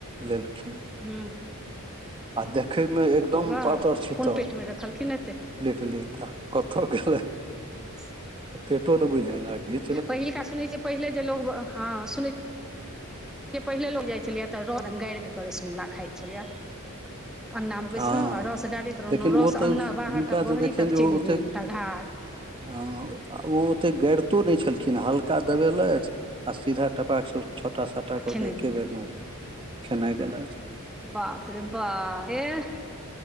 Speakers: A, on the right (about 25°); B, in the centre.
A: लेलखिन
B: हू
A: आ देखे मे एकदम
B: बा
A: पातर छितर
B: कोन पेटमे रखलखिन एते
A: लिखलि त कथ गेलै
B: ह <inaudible>
A: पेटो नै बुझायल आ कि
B: पहिलका सुनैत छियै पहिले जे लोग हँ सुन जे पहिले लोक जाइत छलियै तऽ रौद गैर कऽ रसुल्ला खाइ छलियै अँगनामे बैसलहुँ
A: हँ
B: आ रस गाारैत रहलहुँ
A: लेकिन
B: रस
A: ओ तऽ
B: अँगना बाहर
A: हुनका
B: तक बहरी
A: तऽ देखियनि
B: तक
A: जे ओ
B: चलि
A: ओतेक
B: गेल तघार
A: हँ ओ ओते गड़ितो नहि छलखिन हल्का दबेलथि आ सीधा टपाक छोटा छटा
B: आ
A: कऽ
B: खेने
A: के
B: गेल
A: एके बेरमे खेनाइ गेलथि
B: बाप रे बा रेह